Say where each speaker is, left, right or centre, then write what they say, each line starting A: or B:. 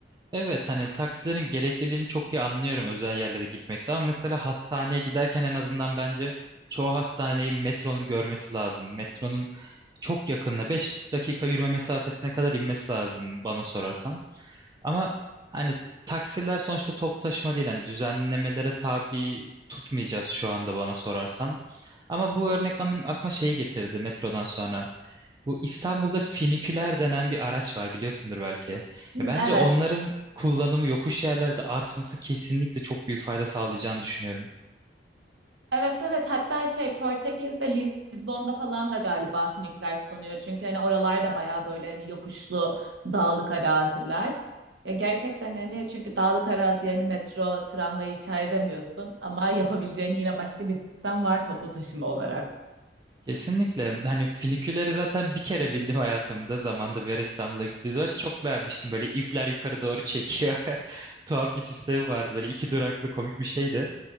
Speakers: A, on the right; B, on the right.
A: Evet hani taksilerin gerekliliğini çok iyi anlıyorum özel yerlere gitmekte ama mesela hastaneye giderken en azından bence çoğu hastaneyi metronun görmesi lazım. Metronun çok yakında 5 dakika yürüme mesafesine kadar inmesi lazım bana sorarsan. Ama hani taksiler sonuçta top taşıma değil. Hani düzenlemelere tabi tutmayacağız şu anda bana sorarsan. Ama bu örnek benim aklıma şeyi getirdi metrodan sonra. Bu İstanbul'da finiküler denen bir araç var biliyorsundur belki.
B: Hı,
A: Ya bence
B: Evet
A: onların kullanımı yokuş yerlerde artması kesinlikle çok büyük fayda sağlayacağını düşünüyorum.
B: Evet evet hatta şey Portekiz'de Lizbon'da falan da galiba füniküler kullanıyor. Çünkü hani oralarda bayağı böyle hani yokuşlu dağlık araziler. Ya gerçekten hani çünkü dağlık arazi yani metro, tramvay inşa edemiyorsun ama yapabileceğin yine başka bir sistem var toplu taşıma olarak.
A: Kesinlikle. Hani füniküleri zaten bir kere bindim hayatımda. Zamanında bir ara İstanbul'a gittiğimiz zaman çok beğenmiştim. Böyle ipler yukarı doğru çekiyor. <laughs> Tuhaf bir sistemi vardı. Böyle iki duraklı komik bir şeydi.